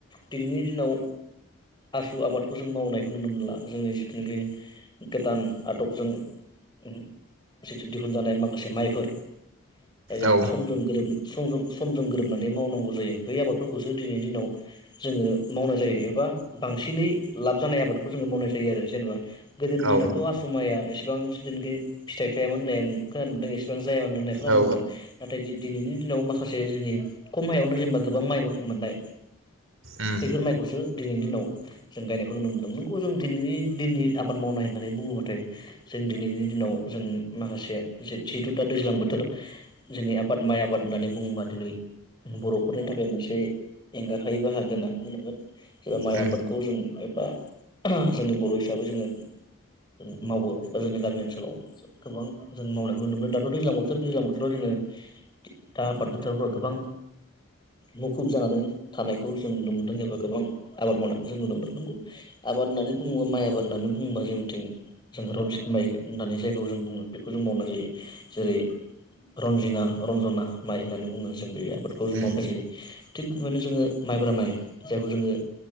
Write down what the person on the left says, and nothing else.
दिनैनि दिनाव आसु आबादखौ जों मावनायखौ नुनो मोनला जोंनि जिथुनाखि गोदान आदबजों उमहो जिथु दिहुनजानाय माखासे माइफोर जायजों
समजों गोरोब समजों समजों गोरोबनानै मावनांगौ जायो बै आबादफोरखौसो दिनैनि दिनाव जोंङो मावनाय जायो एबा बांसिनै लाब जानाय आबादखौ जोंङो मावनाय जायो आरो जेनेबा गोदोनि
दिनावथ' आस्रम माइया एसेबां जिथुनाखि फिथाइ थायामोन होननाय आं खोनानो मोनदों एसेबां जायामोन होननाय खोनानो
मोनदों नाथाय दिनैनि दिनाव माखासे दिनै खम हायावनो जेनेबा गोबां माइ मोननाय
बेफोर माइखौसो दिनैनि दिनाव जों गायनायखौ नुनो मोनदों नंगौ जों दिनैनि दिननि आबाद मावनाय होननानै बुङोब्लाथाय जों दिनैनि दिनाव जों माखासे जि जिहेथु दा दैज्लां बोथो थोर जोंनि आबाद माइ आबाद होननानै बुङोबा दिनै बर'फोरनि थाखाय मोनसे एंगारहायै बाहागो होननानै बुंनांगोन जोङो माइ
आबादखौ जों एबा जोंनि बर' हिसाबै जोङो जों मावबोआखै बा जोंनि गामि ओनसोलाव गोबां जों मावनायखौ नुनो मोनो दाथ' दैज्लां बोथोर दैज्लां बोथोराव जोङो दा आबाद बोथोरफोराव गोबां मुखुब जानानै थानायखौ जों नुनो मोनदों एबा गोबां आबाद मावनायखौ जों नुनो मोनदों नोंगौ आबाद होननानै बुङोबा माइ आबाद होननानै बुंङोबा जोंनिथिं जों रन्जित माइखो होननानै जायखौ जों बुङो बेखौ जों मावनाय जायो जेरै रजिङा रन्जना माइ होननानै बुङो जों बे आबादखौ
जों मावनाय
जायो थिग बेबायदिनो जोङो माइब्रा माइ जायखौ जोङो